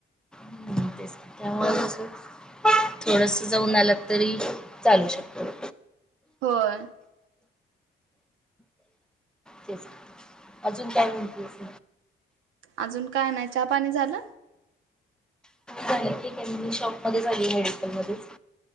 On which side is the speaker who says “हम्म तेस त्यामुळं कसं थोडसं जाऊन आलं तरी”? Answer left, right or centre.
Centre